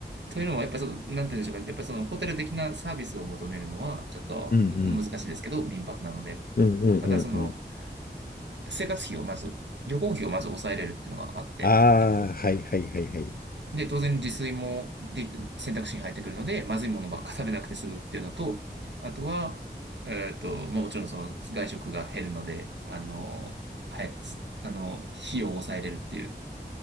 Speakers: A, on the right (about 80°); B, on the left (about 55°).
A: というのは、やっぱりその、なんて言うんでしょうか。やっぱりそのホテル的なサービスを求めるのは、ちょっと難しいですけど、
B: うんうん。
A: 民泊なので。
B: うんうんうんうん。
A: ただ、その、生活費をまず、旅行費をまず抑えれるっていうのがあって、
B: ああ、
A: こう
B: はいはいはいはい。
A: で、当然自炊もで選択肢に入ってくるので、まずいものばっか食べなくて済むっていうのと、あとは、えっと、まあ、もちろんその外食が減るので、あの、はい、あの、費用を抑えれるっていう、